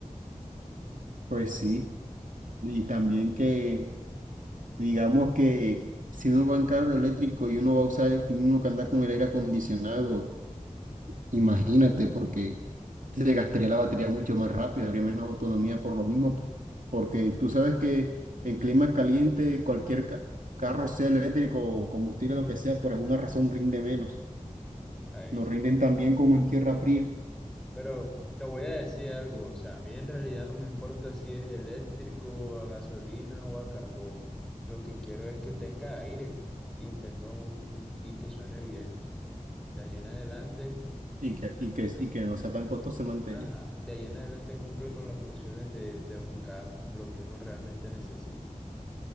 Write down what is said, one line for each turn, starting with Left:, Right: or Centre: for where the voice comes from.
Right: Pues sí, y también que... Digamos que si uno va en carro eléctrico y uno va a usar, uno que anda con el aire acondicionado, imagínate, porque se gastaría la batería mucho más rápido, habría menos autonomía por lo mismo, porque tú sabes que en clima caliente cualquier ca- carro, sea eléctrico o combustible, lo que sea, por alguna razón rinde menos.
Centre: Ahí
Right: No
Centre: sí
Right: rinden
Centre: tienes
Right: tan
Centre: razón.
Right: bien como en tierra fría
Centre: Pero te voy a decir algo, o sea, a mí en realidad no me importa si es eléctrico, a gasolina o a carbón. Lo que quiero es que tenga aire y tenga un y que suene bien. De ahí en adelante,
Right: y que, y que, y que no sea
Centre: cumple-
Right: tan costoso mantener.
Centre: ajá, de ahí en adelante cumple con las funciones de, de un carro, lo que uno realmente necesita.